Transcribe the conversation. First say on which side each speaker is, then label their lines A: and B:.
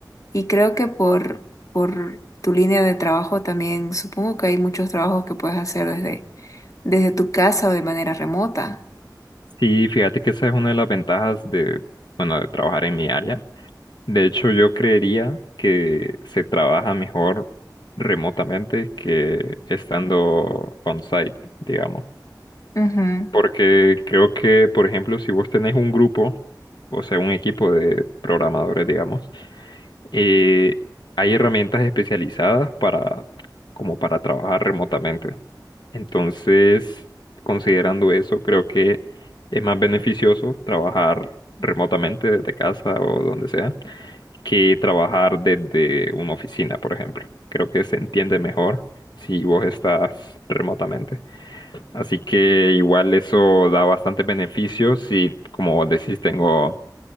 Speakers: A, on the left; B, on the left.
A: Y creo que por, por tu línea de trabajo también, supongo que hay muchos trabajos que puedes hacer desde, desde tu casa o de manera remota.
B: Sí, fíjate que esa es una de las ventajas de, bueno, de trabajar en mi área. De hecho, yo creería que se trabaja mejor remotamente que estando on-site, digamos.
A: Ujú.
B: Porque creo que, por ejemplo, si vos tenés un grupo, o sea, un equipo de programadores, digamos, eh, hay herramientas especializadas para, como para trabajar remotamente. Entonces, considerando eso, creo que es más beneficioso trabajar remotamente desde casa o donde sea que trabajar desde una oficina, por ejemplo. Creo que se entiende mejor si vos estás remotamente. Así que igual eso da bastante beneficio si, como vos decís, tengo...